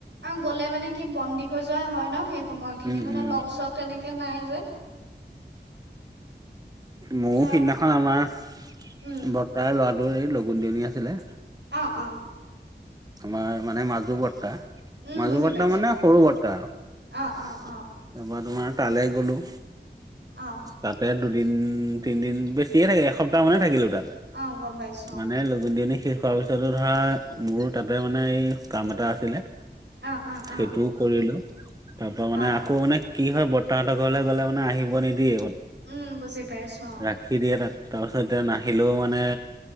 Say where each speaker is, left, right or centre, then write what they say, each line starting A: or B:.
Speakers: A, on the right; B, on the right.
A: আৰু গ'লে মানে কি বন্দী হৈছে যোৱা হয় ন সেই সময় খিনি
B: উম,
A: মানে
B: উম,
A: লগ চ তেনেকে নাই যে,
B: মও
A: ত
B: সিদিনাখন আমাৰ বৰ্তাৰ
A: উম
B: ল'ৰাটোৰ এই লগুন দিওনি আছিলে।
A: অ', অ।
B: আমাৰ মানে মাজু বৰ্তা
A: উম
B: মাজু
A: বুজি
B: বাৰ্তা
A: পাইছো
B: মানে সৰু বাৰ্তা আৰু
A: অ
B: তাৰ
A: অ অ
B: পৰা তোমাৰ তালৈ গলো,
A: অ
B: তাতে দুদিন তিনিদিন বেছিয়ে থাকে এসপ্তাহমানে থাকিলোঁ তাত
A: অ গম পাইছোঁ।
B: মানে লগুন দিয়নি শেষ হোৱাৰ পিছতো ধৰা মোৰো তাতে মানে এই কাম এটা আছিলে।
A: অ অ
B: সেইটোও
A: অ
B: কৰিলোঁ। তাৰ পৰা
A: অ
B: মানে আকৌ মানে কি হয় বৰ্তাহঁতৰ ঘৰলৈ গ'লে মানে আহিব নিদিয়ে
A: উম বুজি পাইছো অ
B: ৰাখীৰ দিয়ে তাত তাৰপিছত এতিয়া নাহিলেও মানে